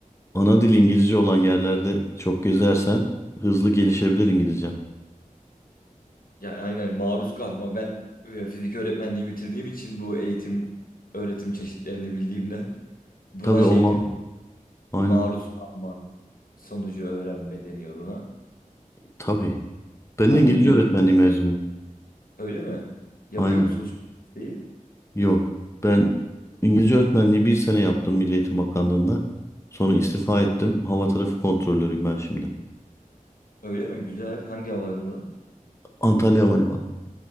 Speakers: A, on the left; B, on the left.
A: ana dil İngilizce olan yerlerde çok gezersen hızlı gelişebilir İngilizcen.
B: Yani aynen maruz kalma. Ben e, fizik öğretmenliği bitirdiğim için bu eğitim öğretim çeşitlerini bildiğimden buna
A: Tabii
B: şey
A: o ma
B: diyor.
A: aynen.
B: Maruz kalma sonucu öğrenme deniyor buna.
A: Tabii. Ben
B: Aynen
A: de İngilizce
B: mecburen.
A: öğretmenliği mezunuyum.
B: Öyle mi? Yapıyor
A: Aynen.
B: musunuz şu şeyi?
A: Yok. Ben İngilizce öğretmenliği bir sene yaptım Milli Eğitim Bakanlığı'nda. Sonra istifa ettim. Hava trafik kontrolörüyüm ben şimdi.
B: Öyle mi? Güzel. Hangi havalarında?
A: Antalya Havalimanı.